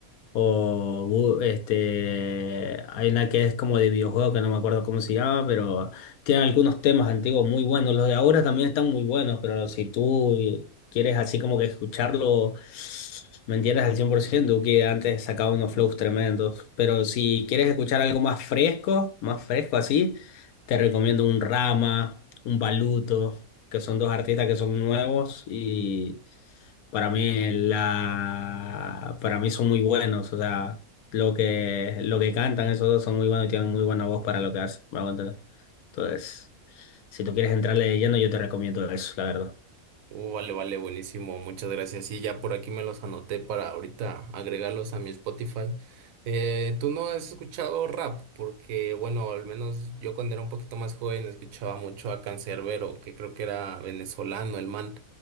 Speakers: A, on the left; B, on the right.
A: O bu- este, hay una que es como de videojuego que no me acuerdo cómo se llama, pero tiene algunos temas antiguos muy buenos. Los de ahora también están muy buenos, pero si tú quieres así como que escucharlo, me entiendes al 100% que antes sacaba unos flows tremendos. Pero si quieres escuchar algo más fresco, más fresco así, te recomiendo un Rama, un Baluto que son dos artistas que son nuevos y para mí la para mí son muy buenos, o sea, lo que lo que cantan esos dos son muy buenos y tienen muy buena voz para lo que hacen, me hago entender. Entonces, si tú quieres entrarle de lleno, yo te recomiendo eso, la verdad.
B: Uh, vale, vale, buenísimo, muchas gracias. Sí, ya por aquí me los anoté para ahorita agregarlos a mi Spotify. Eh, ¿tú no has escuchado rap? Porque, bueno, al menos yo cuando era un poquito más joven escuchaba mucho a Canserbero, que creo que era venezolano el man.